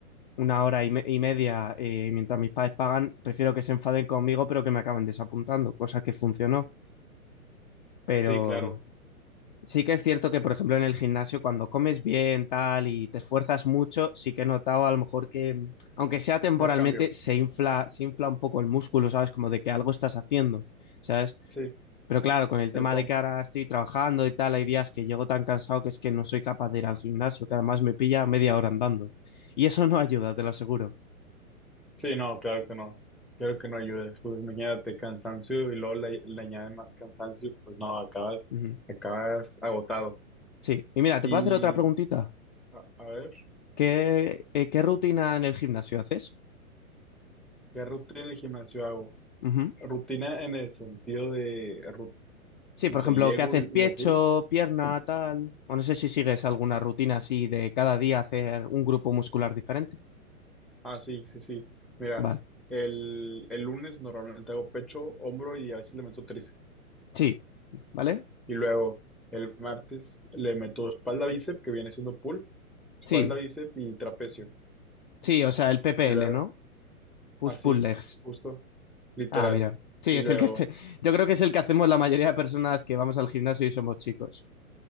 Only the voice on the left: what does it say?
una hora y, me- y media eh, mientras mis padres pagan, prefiero que se enfaden conmigo pero que me acaben desapuntando, cosa que funcionó. Pero...
Sí que es cierto que, por ejemplo, en el gimnasio, cuando comes bien, tal, y te esfuerzas mucho, sí que he notado a lo mejor que, mm, aunque sea temporalmente,
se infla, se infla un poco el músculo, ¿sabes? Como de que algo estás haciendo, ¿sabes?
Pero claro, con el tema
de que ahora estoy trabajando y tal, hay días que llego tan cansado que es que no soy capaz de ir al gimnasio, que además me pilla media hora andando. Y eso no ayuda, te lo aseguro.
Ujú.
Sí. Y mira, ¿te
puedo hacer otra preguntita?
¿Qué, eh, qué rutina en el gimnasio haces?
Ujú.
Sí,
por
ejemplo,
que haces
pecho,
pierna, tal. O no sé si sigues alguna rutina así de cada día hacer un grupo muscular diferente.
Vale.
Sí, ¿vale?
Sí,
sí, o sea, el PPL,
¿no? Push
pull legs.
Ah, mira. Sí,
es
el que este. <laughs> Yo creo que es el que hacemos la mayoría de personas que vamos al gimnasio y somos chicos.